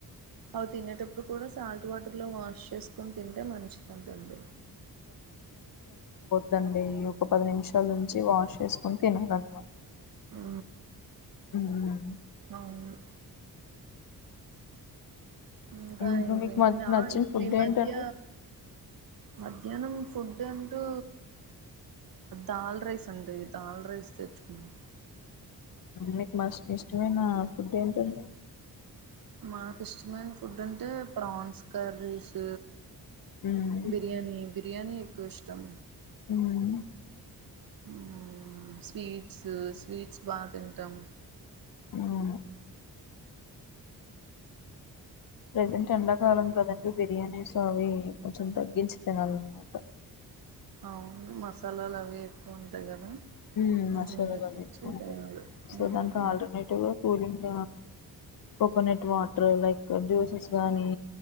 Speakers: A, on the right (about 60°); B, on the left (about 60°).
A: అవి తినేటప్పుడు కూడా సాల్ట్ వాటర్ ఇంట్లో వాష్ చేసుకుని తింటే మంచిగా ఉంటుంది.
B: దండి ఒక పది నిమిషాలు ఉంచి వాష్ చేసుకుని తినాలన్నమా.
A: హు
B: మ్మ్
A: అవును. ఇంకా
B: ఇప్పుడు
A: ఇంక
B: మీకు
A: ఇంకంటే
B: మ నచ్చిన
A: ఆ ఇప్పుడు
B: ఫుడ్ ఏంటండి
A: మధ్య మధ్యాహ్నం ఫుడ్ అంటూ దాల్ రైస్ అండి. దాల్ రైస్ తెచ్చుకున్నాం.
B: హు మస్ ఇష్టమైనా. ఫుడ్ ఏంటండీ.
A: <inaudible> ఇష్టమైన ఫుడ్ అంటే ప్రాన్స్ కర్రీస్,
B: హ్మ్.
A: బిర్యానీ. బిర్యానీ ఎక్కువ ఇష్టం.
B: హ్మ్.
A: హు స్వీట్స్. స్వీట్స్ బాగా తింటాం.
B: అవును. ప్రజెంట్ ఎండాకాలం కాదండి. బిర్యానీస్ అవి కొంచెం తగ్గించి తినాలన్నమాట.
A: అవును. మసాలాలు అవి ఎక్కువ ఉంటాయి. కదా
B: ఉ
A: కొంచెం
B: అసలు
A: తగ్గించి
B: అవి ఎక్కువ ఉంటాయి.
A: తినాలి
B: సో
A: మ్మ్.
B: దానికి Alternative cool drink coconut water like juices గాని.